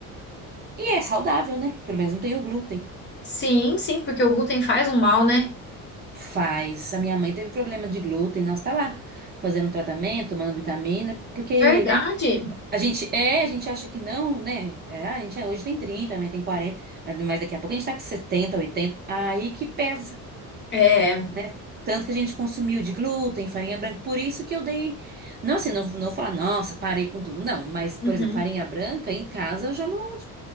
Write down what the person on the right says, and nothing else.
e é saudável, né? Pelo menos não tem o glúten.
Faz. A minha mãe teve problema de glúten, nós tá lá fazendo tratamento, tomando vitamina, porque,
né? A gente é, a gente acha que não, né? É, a gente é- hoje tem 30, amanhã tem 40, mas, mas daqui a pouco a gente tá com 70, 80. aí que pesa,
né? Tanto que a gente consumiu de glúten, farinha branca, por isso que eu dei não, assim, não, não vou falar, nossa, parei com tudo, não. Mas, por
exemplo, farinha branca em casa eu já não